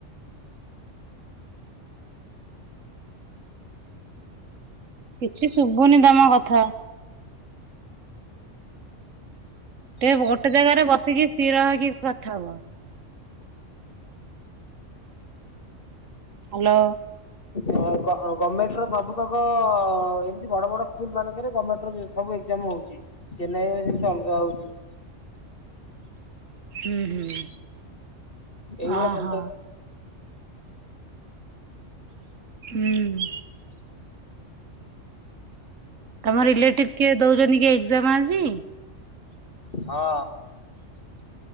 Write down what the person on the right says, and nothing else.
କିଛି ଶୁଭୁନି ତମ କଥା। ଟେ ଗୋଟେ ଜାଗାରେ ବସିକି ସ୍ଥିର ହେଇକି କଥା ହୁଅ। ହାଲୋ।
ଉଁ ହୁଁ
ଅହ।
ଉଁ। ଆମ ରିଲେଟିଭ୍ କିଏ ଦୋଉଚନ୍ତି କି ଏଗ୍ଜାମ୍ ଆଜି?